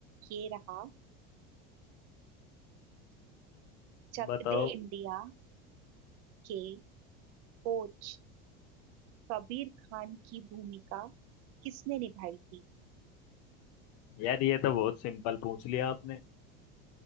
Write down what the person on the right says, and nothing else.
ये रहा चक
दे इंडिया के कोच कबीर खान की भूमिका किसने निभाई थी